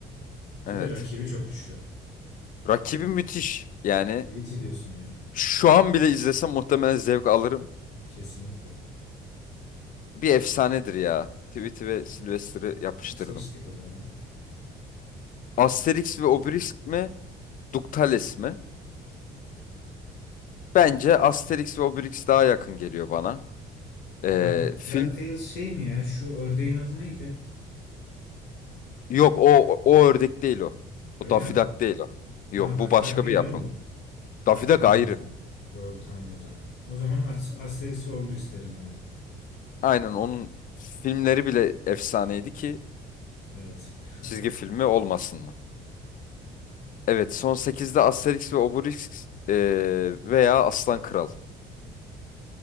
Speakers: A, on the left; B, on the left.
A: evet.
B: Bir de rakibi çok güçlü.
A: Rakibi müthiş. Yani
B: Tweety diyorsun ya.
A: şu an bile izlesem muhtemelen zevk alırım.
B: Kesinlikle.
A: Bir efsanedir ya. Tweety ve Sylvester'ı yapıştırdım.
B: Bunu seçtik o zaman.
A: Asterix ve Obelix mi? Ductales mi? Bence Asterix ve Obelix daha yakın geliyor bana. Ee,
B: Da
A: fil...
B: DuckTales şey mi ya? Şu ördeğin adı neydi?
A: Yok o, o ördek değil o.
B: Öyle
A: O Daffy
B: mi?
A: Duck değil o. Yok
B: Ha Daffy
A: bu başka
B: Duck değil
A: bir yapım.
B: değil mi bu?
A: Daffy
B: Ha tamam
A: Duck ayrı.
B: o zaman. Doğru tamam o zaman. O zaman As Asterix ve Obelix derim ben de.
A: Aynen onun filmleri bile efsaneydi ki
B: Evet. <laughs>
A: çizgi filmi olmasın mı? Evet, son sekizde Asterix ve Obelix eee, veya Aslan Kral.